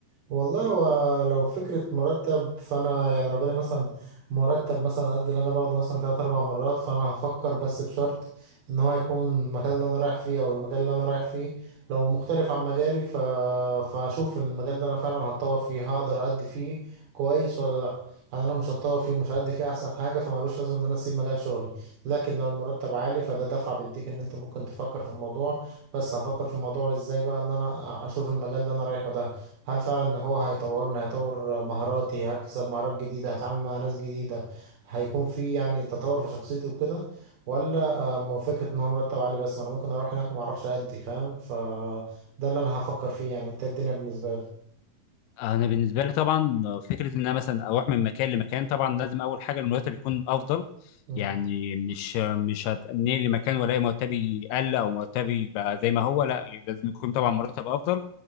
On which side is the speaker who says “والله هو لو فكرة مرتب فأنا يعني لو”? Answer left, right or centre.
Right